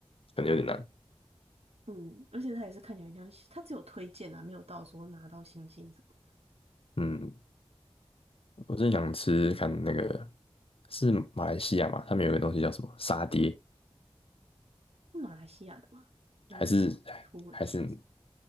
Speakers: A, on the left (about 65°); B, on the right (about 80°).
A: 可能有点难。
B: 嗯，而且它也是看起来像，它只有推荐啊，没有到说拿到星星什么的
A: 嗯，我是想吃看那个是马来西亚嘛，他们有个东西叫什么沙爹，
B: 是马来西亚的吗？没有什么土耳其还是什么
A: 还是还是。